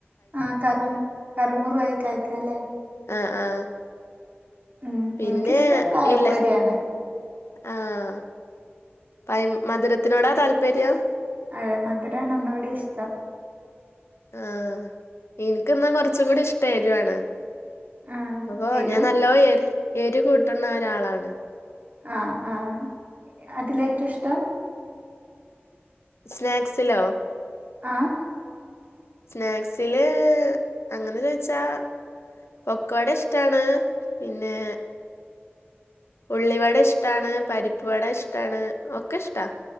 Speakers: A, on the right; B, on the left.
A: ആഹ് കറൂം കറു മുറു ആയി കഴിക്കാലേ
B: ആഹ് ആഹ്
A: ഉം
B: പിന്നെ
A: എനിക്കിഷ്ടം പഴംപൊരിയാണ്
B: ഇല്ല ആഹ് പൈ മധുരത്തിനോടാ താല്പര്യം
A: അതെ മധുരാണ് ഒന്നൂടി ഇഷ്ടം
B: ആഹ് ഇനിക്കെന്നാ കൊറച്ചും കൂടി ഇഷ്ടം എരുവാണ്
A: ആഹ്
B: അപ്പൊ
A: എരു
B: ഞാൻ നല്ലോം എർ എരു കൂട്ടുണ ഒരാളാണ്
A: ആഹ് ആഹ് അതിലേറ്റം ഇഷ്ടം
B: സ്നാക്സിലോ
A: ആഹ്
B: സ്നാക്സില് അങ്ങനെ ചോയിച്ചാ പൊക്കവട ഇഷ്ടാണ് പിന്നെ ഉള്ളിവട ഇഷ്ടാണ് പരിപ്പ് വട ഇഷ്ടാണ് ഒക്കെ ഇഷ്ട്ടാ